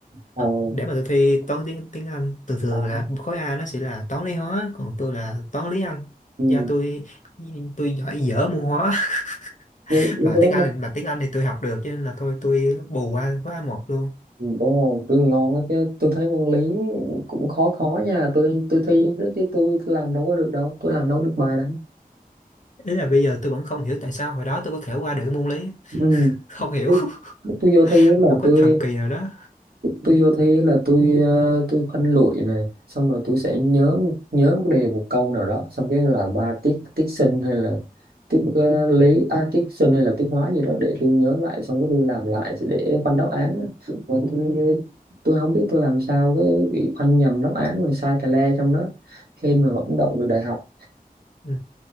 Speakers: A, on the right; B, on the left.
A: ồ
B: để mà tôi thi toán tiếng tiếng Anh thường thường
A: à,
B: là khối A nó sẽ là toán lý hóa còn tôi là toán lý Anh
A: ừ,
B: do tôi tôi giỏi dở môn hóa
A: như
B: <laughs>
A: như
B: mà
A: tôi
B: tiếng
A: thấy
B: Anh
A: môn
B: mà tiếng Anh thì tôi học được cho nên là thôi tôi bù qua khối a một luôn
A: ừ, đúng rồi, trường ngon đó chứ tôi thấy môn lý cũng khó khó nha tôi tôi thi đó chứ tôi làm đâu có được đâu tôi làm đâu có được bài đâu
B: ý là bây giờ tôi vẫn không hiểu tại sao hồi đó tôi có thể qua được cái môn lý
A: ừ.
B: không hiểu
A: Chứ tôi vô
B: <laughs>
A: thi là
B: một
A: tôi
B: cái thần kỳ nào đó
A: tôi vô thi là tôi ờ, tôi khoanh lụi này xong rồi tôi sẽ nhớ nhớ một cái đề một câu nào đó xong cái là ba tiết tiết sinh hay là tiết ờ, lý à, tiết sinh hay là tiết hóa gì đó để tôi nhớ lại xong cái tôi làm lại để khoanh đáp án á. mà tôi tôi không biết tôi làm sao cái bị khoanh nhầm đáp án rồi sai tà le trong đó hên mà vẫn đậu được đại học
B: ừ.